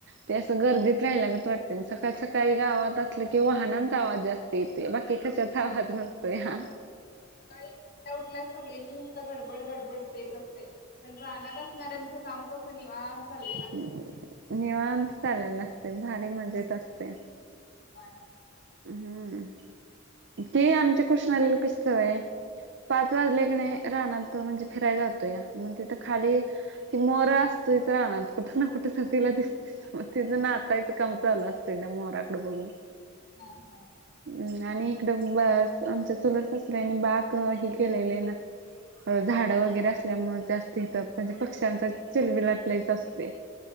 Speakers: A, on the right; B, on the left.
A: ते असं गर्दीत राह्यल्यागत वाटतंय आणि सकाळी सकाळी गावात असलं कि वाहनांचा आवाज जास्त येतंय येतंय बाकी कशाचा
B: होय
A: आवाज नसतोया.
B: सकाळी उठल्या उठल्या सगळ्यांची नुसतं गडबड गडबड तेच असते. पण रानात असणाऱ्यांचं काम कसं निवांत चाललं
A: हम्म. निवांत चाललेलं असतंय, भारी मजेत असतंय.
B: काय?
A: हम्म, ते आमच्या कृष्णाला कशी‌ सवय आहे पाच वाजले का नाय रानात म्हणजे फिराय जातो या मंग तिथं खाली ती मोर असतोयच रानात. कुठं ना कुठं तिला दिसतोय. मग तेच नाचायचं काम चालू असतंय त्या मोराकडं बघून.
B: हा हा.
A: हम्म आणि इकडं बाळास आमच्या चुलत ससर्‍यानी बाळक हे केलेले आहे ना. झाड वगैरे असल्यामुळे जास्त इथं म्हणजे पक्ष्यांचा चिल बिलाट लईच असतोय.